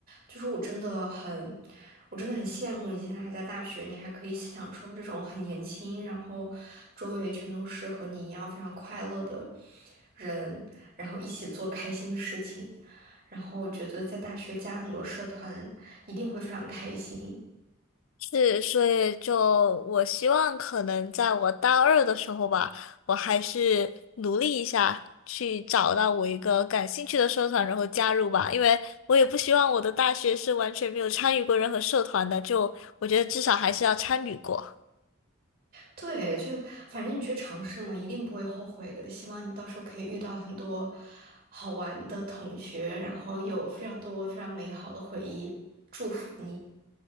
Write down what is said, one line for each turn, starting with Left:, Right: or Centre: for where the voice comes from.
Right: 就是我真的很，我真的很羡慕你现在还在大学，你还可以享受这种很年轻，然后周围全都是和你一样非常快乐的人，然后一起做开心的事情。然后我觉得在大学加很多社团，一定会非常开心。
Left: 是，所以就我希望可能在我大二的时候吧，我还是努力一下，去找到我一个感兴趣的社团，然后加入吧。因为我也不希望我的大学是完全没有参与过任何社团的，就我觉得至少还是要参与过。
Right: 对，就反正你去尝试嘛，一定不会后悔的。希望你到时候可以遇到很多好玩的同学，然后有非常多非常美好的回忆。祝福你。